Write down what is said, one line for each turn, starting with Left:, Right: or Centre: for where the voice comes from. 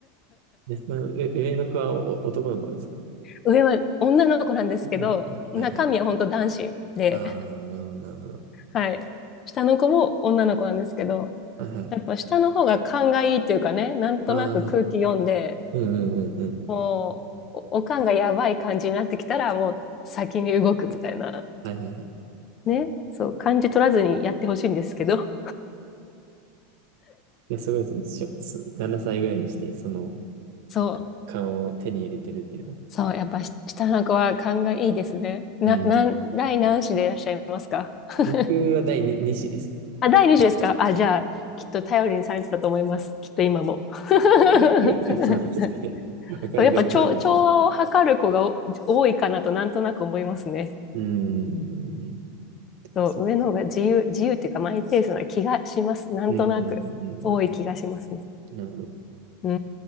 Right: ね、なえ上の子はお男の子ですか
Left: 上は女の子なんですけど中身は本当男子で
Right: 女の子か。はいはい。ああ、なるほど、なるほど。
Left: はい下の子も女の子なんですけど
Right: はいはい。
Left: やっぱ下の方が勘がいいっていうかね、なんとなく空気読んで、
Right: ああ、うんうんうんうん。
Left: もう、お、お勘がやばい感じになってきたら、もう先に動くみたいな。
Right: はいはいはい。
Left: ね。そう、感じ取らずにやってほしいんですけど。
Right: いや、すごいですね。しょそ7歳ぐらいにして、その
Left: そう、
Right: 勘を手に入れてるっていうの。
Left: そう、やっぱし下の子は勘がいいですね。な、
Right: うん。
Left: なん、第何子でいらっしゃいますか <laughs>
Right: 僕は第2、二子ですね。
Left: あ、第二子ですかあ、
Right: うん
Left: じゃあ、きっと頼りにされてたと思います。きっと今も。<laughs>
Right: <laughs> そうなんですかね。わかんない。
Left: そう、やっぱ調、
Right: でも多分、
Left: 調和を図る子がお多いかなとなんとなく思いますね。
Right: うん、うんうん
Left: そう、
Right: そ
Left: 上の方が自由、自由っていうかマイペースな気がします。なんとなく。
Right: うん、うん、うん、
Left: 多い気がしますね。
Right: うん。なるほど。
Left: うー